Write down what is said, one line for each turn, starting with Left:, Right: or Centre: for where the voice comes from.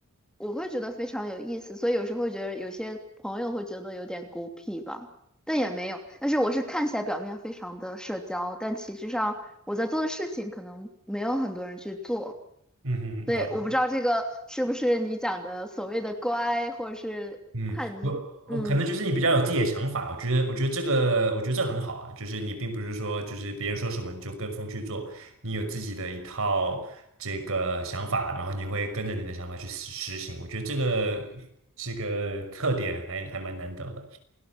Centre: 我会觉得非常有意思，所以有时候会觉得有些朋友会觉得有点孤僻吧。但也没有。但是我是看起来表面非常的社交，但其实上我在做的事情可能没有很多人去做。
Right: 嗯，
Centre: 所以我不知道这个是不是你讲的所谓的乖或者是叛逆。
Right: 哼，了解。嗯，我我可能就是你比较有自己的想法，
Centre: 嗯，
Right: 我觉得我觉得这个我觉得这很好啊，就是你并不是说就是别人说什么你就跟风去做，你有自己的一套这个想法，然后你会跟着你的想法去实实行，我觉得这个这个特点还还蛮难得的。